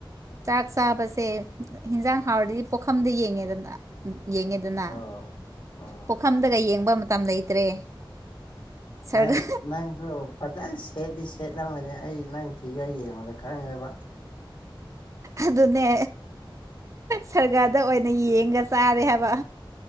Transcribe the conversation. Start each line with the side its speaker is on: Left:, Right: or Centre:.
Right: ꯆꯥꯛ ꯆꯥꯕꯁꯦ ꯍꯤꯟꯖꯥꯡ ꯍꯥꯎꯔꯗꯤ ꯄꯣꯛꯈꯝꯗ ꯌꯦꯡꯉꯦꯗꯅ ꯎꯝ ꯌꯦꯡꯉꯦ ꯗꯅ
Left: ꯑꯣ ꯑꯣ
Right: ꯄꯣꯛꯈꯝꯗꯒ ꯌꯦꯡꯕ ꯃꯇꯝ ꯂꯩꯇ꯭ꯔꯦ ꯁꯔꯒ
Left: ꯅꯪ ꯅꯪꯁꯨ ꯐꯖꯁ ꯁꯦꯠꯇꯤ ꯁꯦꯠꯂꯝꯒꯅꯤ ꯑꯩ ꯅꯪ ꯐꯤꯒꯔ ꯌꯦꯡꯕꯗ ꯈꯪꯉꯦꯕ
Right: ꯑꯗꯨꯅꯦ ꯁꯒꯥꯔꯗ ꯑꯣꯏꯅ ꯌꯦꯡꯉ ꯆꯥꯔꯦ ꯍꯥꯏꯕ